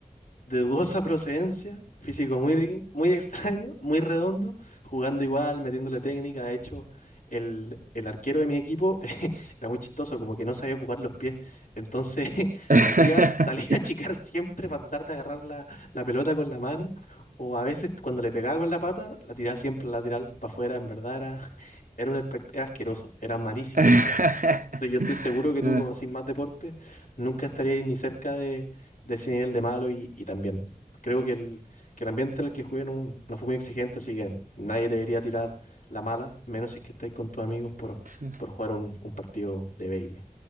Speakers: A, on the left (about 75°); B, on the right (about 75°).
A: de dudosa procedencia, físico muy, muy extraño, muy redondo, jugando igual, metiéndole técnica. De hecho, el, el arquero de mi equipo <laughs> era muy chistoso, como que no sabía ocupar los pies. Entonces <laughs>
B: <laughs>
A: salía, salía a achicar siempre para tratar de agarrar la, la pelota con la mano, o a veces cuando le pegaba con la pata, la tiraba siempre lateral para afuera. En verdad era, era un espect- era asqueroso, era malísimo
B: <laughs>
A: jugando. Entonces, yo estoy seguro que tú,
B: Ah,
A: como haces más deporte, nunca estarías ni cerca de ese nivel de malo y, y también creo que el, que el ambiente en el que jugué no, no fue muy exigente, así que nadie te debería tirar la mala, menos si es que estáis con tus amigos por,
B: sí
A: por jugar un, un partido de baby.